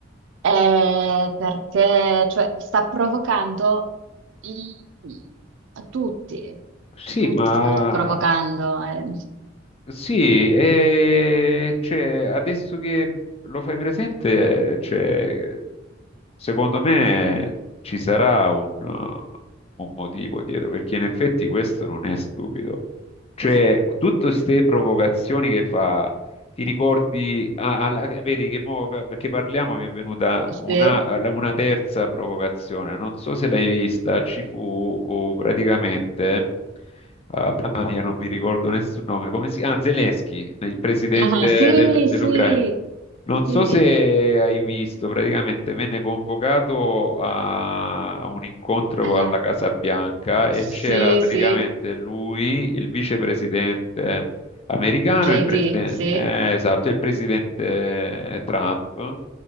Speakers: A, on the right (about 65°); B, on the left (about 30°).
A: Eh, perché cioè, sta provocando i- a tutti,
B: Sì,
A: tutti
B: ma
A: sta provocando. eh.
B: sì, e c'è- adesso che lo fai presente, c'è Secondo me ci sarà un, uh, un motivo dietro, perché in effetti questo non è stupido. Cioè, tutte queste provocazioni che fa, ti ricordi, ah, alla- vedi che mo, perché parliamo mi è venuta
A: Sì.
B: una, la- una terza provocazione, non so se l'hai vista, ci fu oh, praticamente, ah, mamma mia, non mi ricordo nessun nome, come si chiama? Ah, Zelensky, il presidente
A: Ah, sì,
B: del- dell'Ucraina.
A: sì,
B: Non so
A: sì,
B: se hai visto, praticamente venne convocato a un incontro
A: È la-
B: alla Casa Bianca e
A: sì,
B: c'era praticamente
A: sì,
B: lui, il vicepresidente americano,
A: JD,
B: e il presidente,
A: sì,
B: eh, esatto, e il presidente Trump.